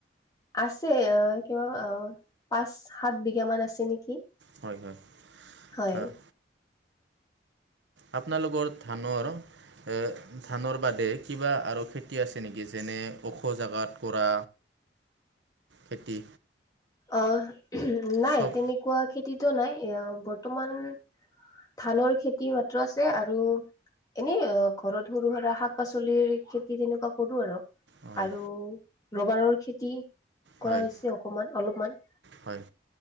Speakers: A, on the left; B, on the right.
A: আছে অ' কিবা অ' পাঁচ সাত বিঘা মান আছে নেকি
B: হয়- হয়
A: হয়
B: অহ। আপোনালোকৰ ধানৰ এ'ধানৰ বাদে কিবা আৰু খেতি আছে নেকি যেনে ওখ জাগাত কৰা খেতি
A: অহ, নাই
B: চব
A: তেনেকুৱা খেতিতো নাই এ' বৰ্তমান ধানৰ খেতি মাত্ৰ আছে আৰু এনেই ঘৰত সৰু- সুৰা, শাক -পাচলিৰ খেতি তেনেকুৱা কৰো আৰু।
B: হয়
A: আৰু ৰবাৰৰ খেতি
B: হয়
A: কৰা হৈছে অকমান অলপমান।
B: হয়